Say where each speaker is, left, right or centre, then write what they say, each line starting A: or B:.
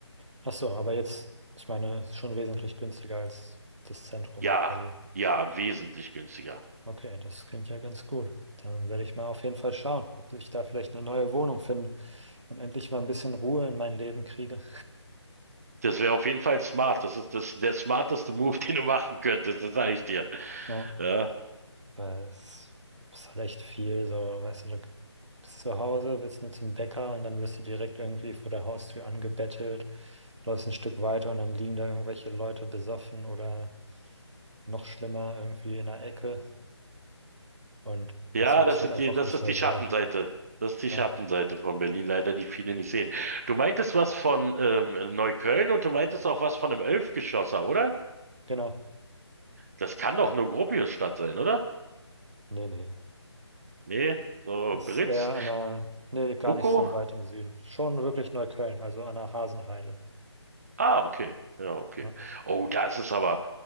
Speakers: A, on the right; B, on the right.
A: Ach so, aber jetzt, ich meine, ist schon wesentlich günstiger als das Zentrum
B: Ja,
A: Berlin.
B: ja, wesentlich günstiger.
A: Okay, das klingt ja ganz gut. Dann werde ich mal auf jeden Fall schauen, ob ich da vielleicht eine neue Wohnung finde und endlich mal ein bisschen Ruhe in mein Leben kriege.
B: Das wäre auf jeden Fall smart. Das ist das, der smarteste Move, <laughs> den du machen könntest, das sage ich dir.
A: Ja.
B: Ja,
A: Weil es ist halt echt viel, so, weißt du, du bist zu Hause, willst nur zum Bäcker und dann wirst du direkt irgendwie vor der Haustür angebettelt, läufst ein Stück weiter und dann liegen da irgendwelche Leute besoffen oder noch schlimmer irgendwie in der Ecke und
B: ja,
A: das will
B: das
A: ich halt
B: sind
A: einfach
B: die, das
A: nicht
B: ist
A: mehr
B: die
A: sehen.
B: Schattenseite. Das ist die
A: Ja,
B: Schattenseite von Berlin, leider, die viele nicht sehen. Du meintest was von ähm, Neukölln und du meintest auch was von einem Elfgeschosser, oder?
A: genau.
B: Das kann doch nur Gropiusstadt sein, oder?
A: Nee, nee.
B: Nee, so
A: ist
B: Britz,
A: eher an der, nee, gar
B: Buko.
A: nicht so weit im Süden. Schon wirklich Neukölln, also an der Hasenheide.
B: Ah, okay. Ja, okay.
A: Ja.
B: Oh, das ist aber,